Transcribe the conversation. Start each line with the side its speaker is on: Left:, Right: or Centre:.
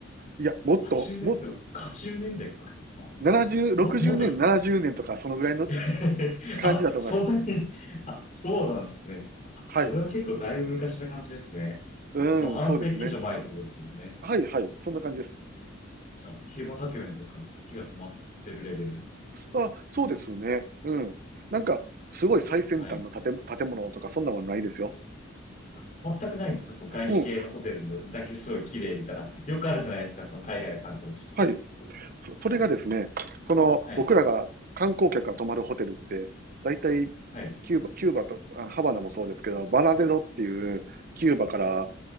Right: いや、もっと、
Left: 80年代、
Right: も、
Left: 80年代か。あ
Right: 70、60年、
Left: も、もっとですか
Right: 70年とか、そのぐらいの
Left: <laughs>
Right: 感じだと思います。
Left: あ、そんなに、あ、そうなんですね。あ、
Right: はい。
Left: それは結構だいぶ昔な感じですね。
Right: うん、
Left: もう半世紀以上前ってことですもんね。
Right: そうですね。はいはい。そんな感じです。
Left: じゃあ、キューバ革命とかの時が止まってるレベル。
Right: あ、そうですね。うん。なんか、すごい最先端の建物、
Left: はい。
Right: 建物とか、そんなんはないですよ。
Left: あ、全くないんですかその外資系のホテルのだけすごい綺麗みたいな。
Right: うん。
Left: よくあるじゃないですかその海外の観光地って。
Right: はい。そそれがですね、その、
Left: はい。
Right: 僕らが観光客が泊まるホテルって、大体、
Left: はい。
Right: キューバ、キューバと、ハバナもそうですけど、バナデロっていう、キューバから、